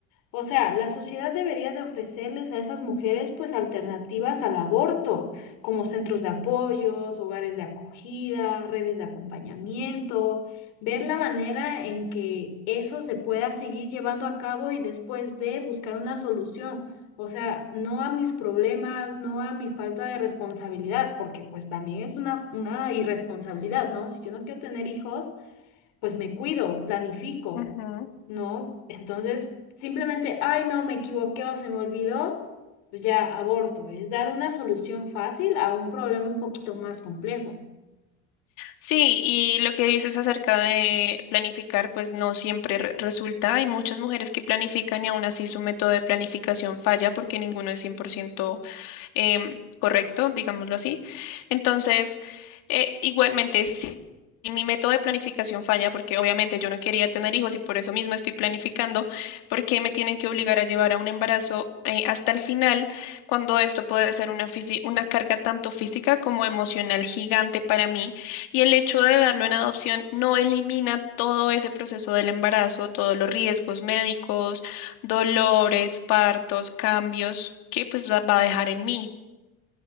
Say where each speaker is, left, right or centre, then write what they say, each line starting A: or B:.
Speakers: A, on the left; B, on the left.
A: O sea, la sociedad debería de ofrecerles a esas mujeres pues alternativas al aborto, como centros de apoyos, hogares de acogida, redes de acompañamiento, ver la manera en que eso se pueda seguir llevando a cabo y después de buscar una solución o sea, no a mis problemas, no a mi falta de responsabilidad, porque pues también es una, una irresponsabilidad, ¿no? Si yo no quiero tener hijos, pues me cuido, planifico,
B: ajá.
A: ¿no? Entonces, simplemente, ay, no, me equivoqué o se me olvidó, pues ya aborto. Es dar una solución fácil a un problema un poquito más complejo.
B: Sí, y lo que dices acerca de planificar, pues no siempre re- resulta. Hay muchas mujeres que planifican y aún así su método de planificación falla porque ninguno es cien por ciento. em, correcto, digámoslo así. Entonces, eh, igualmente, si si mi método de planificación falla, porque obviamente yo no quería tener hijos y por eso mismo estoy planificando, porque me tienen que obligar a llevar a un embarazo eh, hasta el final, cuando esto puede ser una, fisi- una carga tanto física como emocional gigante para mí. Y el hecho de darlo en adopción no elimina todo ese proceso del embarazo, todos los riesgos médicos, dolores, partos, cambios que pues va va a dejar en mí.